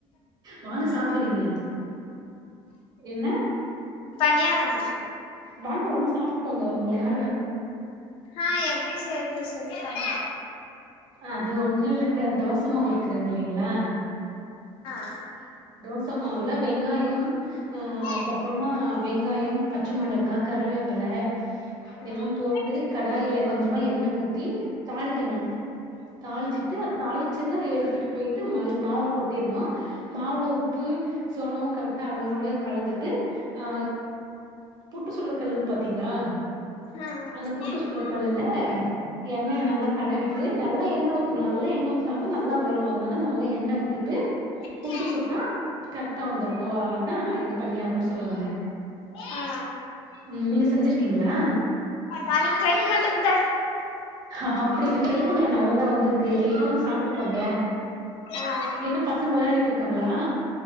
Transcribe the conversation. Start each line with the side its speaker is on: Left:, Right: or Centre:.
Right: வாங்க சாப்பிடுவீங்க என்ன
Left: பன்யாரம்
Right: வாங்க வந்து சாப்பிட்டு போங்க உங்க ய
Left: ஆஹ் எப்டி சேய் டே வட
Right: அது ஒண்ணுல்லங்க தோசமாவுறுக்குல்லிங்ளா
Left: ஆ
Right: தோசமாவுல வெங்காயம் அ
Left: ம்
Right: அதுக்கப்றோமா வெங்காயம் பச்ச மிளகா கருவேப்பில
Left: ம்
Right: எல்லா போட்டு கடாயில கொஞ்சமா என்ன ஊத் தி தாளிக்கணு தாளிச்சிட்டு அத தாளிச்சத எடுத்துட்டு போயிட்டு மை மாவ் கொட் என்னா மாவுள உப்பு சோடவு கரெக்டா அளவோட கலந்துட்டு ஆ புட்டுசுட்ற கல்லு இருக்கு பாத்தீங்ளா
Left: ம்
Right: அந்த புட்டு சுட்றகல்லுல
Left: ம்
Right: எண்ணைய நல்லா தடவிட்டு நல்ல எண்ண ஊத்தனு நல்லா எண்ன ஊத்துனாதா நல்லா வரு அதனால நல்லா எண்ண ஊத் துட்டு
Left: ம்
Right: புட்டு சுட்டா கரக்டா வந்துரு ஓ அதா இது பணியாரனு சொல்வாங்க
Left: ஆ
Right: உம் நீங்க செஞ் ருக்கீங்களா
Left: நாளைக் ட்ரை பண்ட் ந்த
Right: ஹஹ அப்டிங்க ட்ரை பண்ண நல்லாதா வந்திருக்கு வேனா வந்து சாப்ட்டுபோங்க
Left: ஆ
Right: என்ன பசங்க விளையாடிட் இருக்காங்ளா